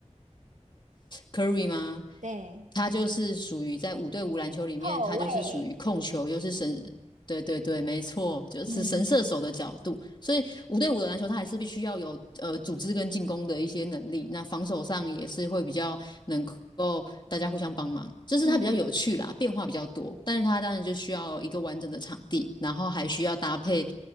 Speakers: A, on the left; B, on the right.
A: Curry 吗？
B: 对，
A: 他就是属于在五对五篮球里面，
B: 后卫。
A: 他就是属于控球，又是神，对对对，没错，就是神射手的角度。
B: 嗯
A: 所以五对五的篮球，他还是必须要有呃组织跟进攻的一些能力。那防守上也是会比较能够大家互相帮忙，就是他比较有趣啦，
B: 嗯，
A: 变化比较多。但是他当然就需要一个完整的场地，然后还需要搭配。